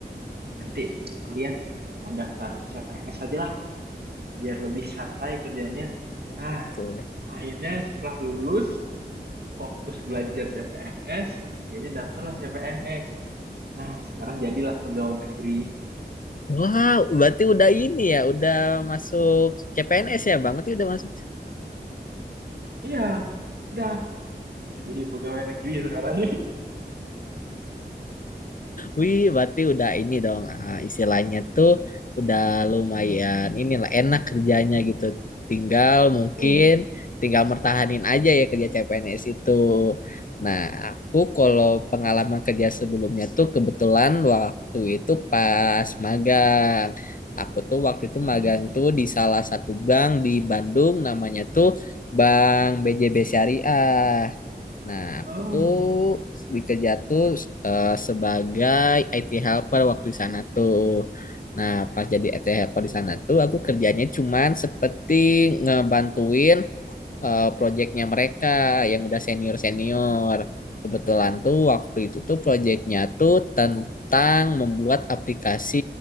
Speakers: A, on the right; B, on the left.
A: nanti kuliah mau daftar CPNS aja lah biar lebih santai kerjanya. Ah,
B: tuh
A: akhirnya setelah lulus fokus belajar CPNS, akhirnya daftarlah CPNS. Nah, sekarang jadilah pegawai negeri.
B: Wow, berarti udah ini ya, udah masuk CPNS ya, Bang? Berarti udah masuk
A: <laughs> Iya, udah, udah jadi pegawai negeri sekarang.
B: Wih, berarti udah ini dong, ah, istilahnya tuh udah lumayan inilah enak kerjanya gitu. Tinggal
A: <laughs>
B: mungkin
A: Mm-mm.
B: tinggal mertahanin aja ya kerja CPNS itu. Nah, aku kalau pengalaman kerja sebelumnya tuh kebetulan waktu itu pas magang. Aku tuh waktu itu
A: Hmm.
B: magang tuh di salah satu bank di Bandung namanya tuh Bank BJB Syariah. Nah, aku
A: Oh.
B: tuh dikerja tuh eh, sebagai IT helper waktu di sana tuh. Nah, pas jadi IT helper di sana tuh, aku kerjanya cuman seperti ngebantuin eh, proyeknya mereka yang udah senior-senior. Kebetulan tuh waktu itu tuh proyeknya tuh tentang membuat aplikasi